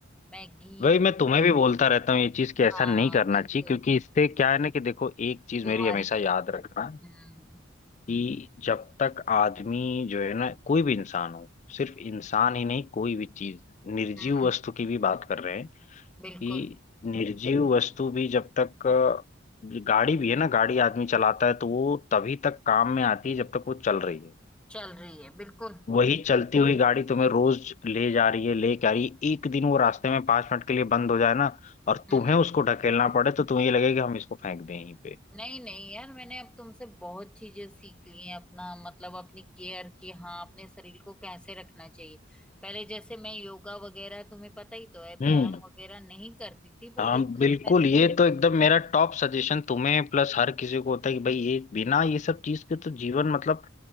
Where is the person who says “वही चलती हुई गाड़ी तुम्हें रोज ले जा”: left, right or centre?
Left